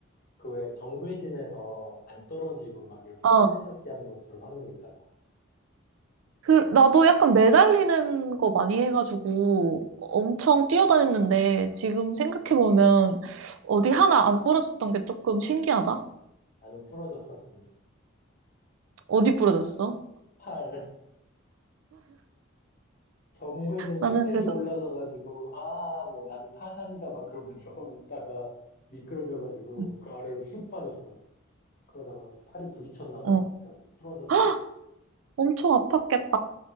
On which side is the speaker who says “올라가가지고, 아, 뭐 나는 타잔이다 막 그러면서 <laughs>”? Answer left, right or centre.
Left